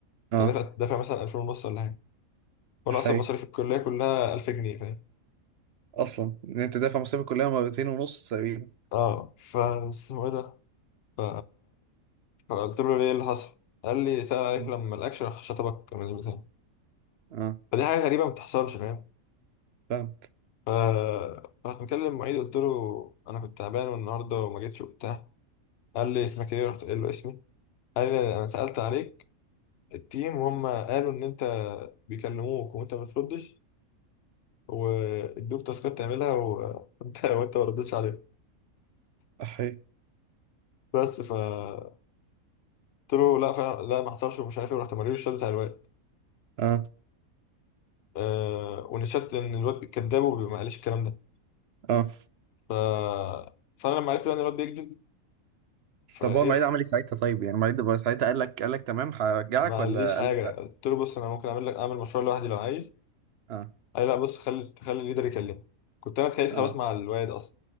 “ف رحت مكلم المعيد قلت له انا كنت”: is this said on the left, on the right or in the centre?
Left